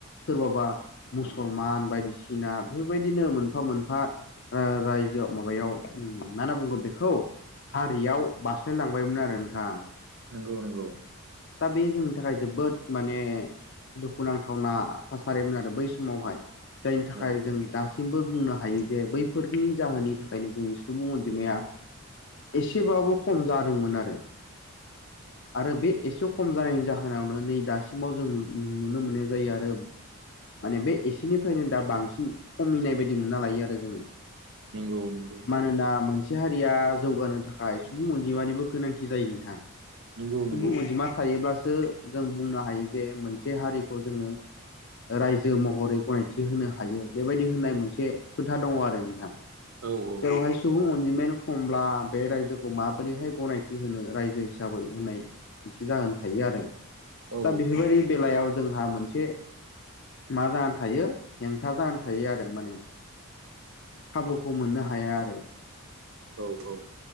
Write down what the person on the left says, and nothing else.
सोरबाबा मुसलमान बायदिसिना बेफोरबायदिनो मोनफा मोनफा ओ रायजोआव माबायाव मा होनना बुंगोन बेखौ हारियाव बारास्लायलांबायमोन आरो नोंथां
दा बे जोंनि थाखाय जोबोद माने दुखुनांथावना थासारिमोन आरो बै समावहाय जायनि थाखाय
जों दासिम सिमबो बुंनो हायो जे बैफोरनि जाहोननि थाखायनो जोंनि सुबुं अनजिमाया एसेबाबो खम जादोंमोन आरो आरो बे एसे खम जानायनि जाहोनावनो नै दासिमाव जों नुनो मोननाय जायो आरो माने बे एसेनिफ्रायनो दा बांसिन खमिनाय बायदि मोनना लायो आरो जोङो।
मानोना मोनसे हारिया जौगानो थाखाय सुबुं अनजिमानिबो गोनांथि जायो नोंथां
सुबुं अजिमा थायोब्लासो जों बुंनो हायो जे मोनसे हारिखौ जोङो रायजो महरै गनायथि होनो हायो बेबायदि होननाय मोनसे खोथा दङ आरो नोंथां
जेरावहाय सुबुं अनजिमायानो खमब्ला बे रायजोखौ माबोरैहाय गनायथि होनो रायजो हिसाबै होननाय मोनसे जाहोन थायो आरो
दा बेफोरबायदि बेलायाव जोंहा मोनसे मा जानानै थायो हेंथा जानानै थायो आरो माने खाबुखौ मोननो हाया आरो